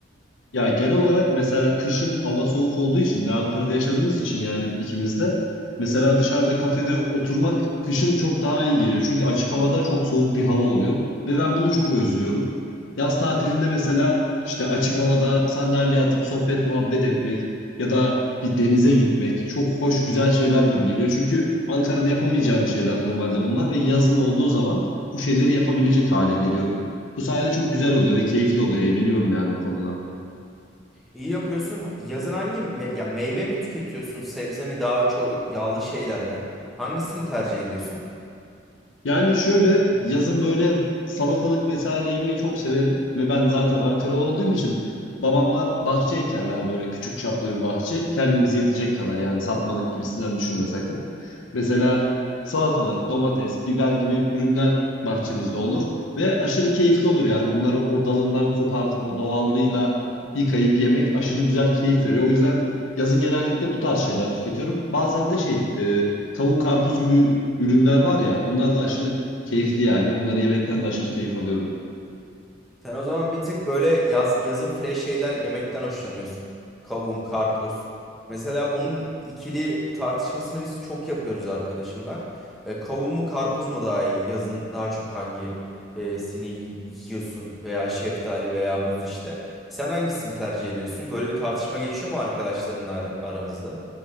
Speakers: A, on the left (about 85°); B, in the centre.
A: Ya genel olarak mesela kışın hava soğuk olduğu için de Ankara'da yaşadığımız için yani ikimiz de mesela dışarıda kafede oturmak kışın çok daha iyi geliyor. Çünkü açık havada çok soğuk bir hava oluyor ve ben bunu çok özlüyorum. Yaz tatilinde mesela işte açık havada sandalyeye atıp sohbet muhabbet etmek ya da bir denize gitmek çok hoş güzel şeyler gibi geliyor. Çünkü Ankara'da yapamayacağım şeyler normalde bunlar ve yazın olduğu zaman bu şeyleri yapabilecek hale geliyorum. Bu sayede çok güzel oluyor ve keyifli oluyor. Eğleniyorum yani bu konuda.
B: İyi yapıyorsun. Yazın hangi me- ya meyve mi tüketiyorsun, sebze mi daha çok yağlı şeyler mi? Hangisini tercih ediyorsun?
A: Yani şöyle yazın böyle salatalık vesaire yemeyi çok severim ve ben zaten Ankaralı olduğum için babamlar bahçe ekerler böyle küçük çaplı bir bahçe. Kendimize yetecek kadar yani satmalık gibisinden düşünme sakın. Mesela salatalık, domates, biber gibi ürünler bahçemizde olur ve aşırı keyifli olur yani onları o dalından kopartıp o doğallığıyla yıkayıp yemek aşırı güzel keyif veriyor. O yüzden yazın genellikle bu tarz şeyler tüketiyorum. Bazen de şey e, kavun karpuz gibi ürünler var ya onlar da aşırı keyifli yani. Onları yemekten de aşırı keyif alıyorum.
B: Sen o zaman bir tık böyle yaz yazın fresh şeyler yemekten hoşlanıyorsun. Kavun, karpuz. Mesela bunun ikili tartışmasını biz çok yapıyoruz arkadaşımla. E, kavun mu karpuz mu daha iyi? Yazın daha çok hangi e, sini y- yiyorsun veya şeftali veya muz işte. Sen hangisini tercih ediyorsun? Böyle bir tartışma geçiyor mu arkadaşlarınla ar- aranızda?